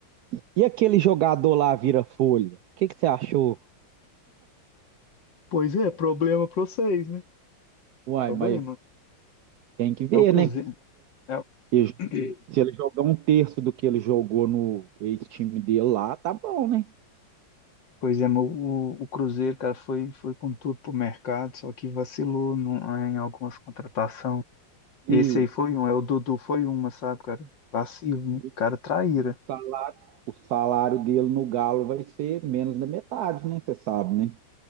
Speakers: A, on the right; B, on the left.
A: e, e aquele jogador lá vira folha? O que que você achou?
B: Pois é, problema pra vocês, né?
A: Uai,
B: Problema.
A: mas tem que ver,
B: É o Cruzeiro.
A: né?
B: É o-
A: E
B: <clears throat>
A: se ele jogar um terço do que ele jogou no ex-time dele lá, tá bom, né?
B: Pois é, mas o, o Cruzeiro, cara, foi, foi com tudo pro mercado, só que vacilou no- em algumas contratações.
A: E,
B: Esse aí foi um, é o Dudu foi uma, sabe, cara? Vacilo,
A: e
B: né?
A: o
B: Cara, traíra.
A: e o salário, o salário dele no Galo vai ser menos da metade, né? Você sabe, né?